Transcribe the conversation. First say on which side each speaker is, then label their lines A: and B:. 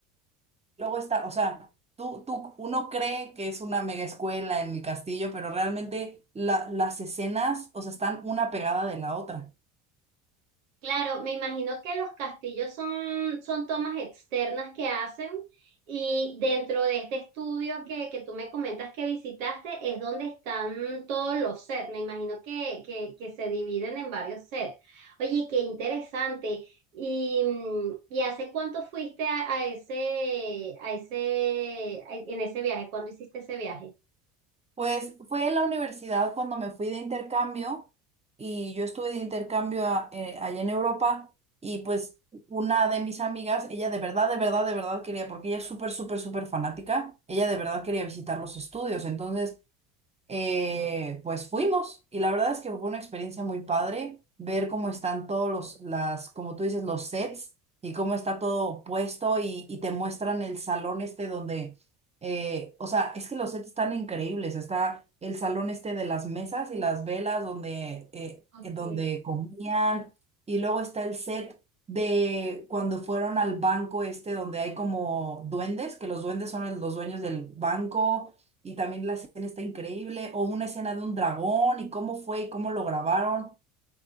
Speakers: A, on the right; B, on the right.
A: luego está, o sea, tú, tú, uno cree que es una mega escuela en el castillo, pero realmente la- las escenas, o sea, están una pegada de la otra.
B: Claro, me imagino que los castillos son, son tomas externas que hacen y dentro de este estudio que, que tú me comentas que visitaste es donde están todos los sets. Me imagino que, que, que se dividen en varios sets. Oye, qué interesante. ¿Y, mm, ¿y hace cuánto fuiste a, a ese, a ese, a- en ese viaje? ¿Cuándo hiciste ese viaje?
A: Pues fue en la universidad cuando me fui de intercambio y yo estuve de intercambio a- eh, allá en Europa y pues una de mis amigas, ella de verdad, de verdad, de verdad quería, porque ella es súper, súper, súper fanática, ella de verdad quería visitar los estudios. Entonces eh, pues fuimos y la verdad es que fue una experiencia muy padre ver cómo están todos los, las, como tú dices, los sets y cómo está todo puesto y, y te muestran el salón este donde, eh, o sea, es que los sets están increíbles, está el salón este de las mesas y las velas donde, eh,
B: Ok.
A: eh, donde comían y luego está el set de cuando fueron al banco este donde hay como duendes, que los duendes son el- los dueños del banco y también la escena está increíble, o una escena de un dragón y cómo fue y cómo lo grabaron.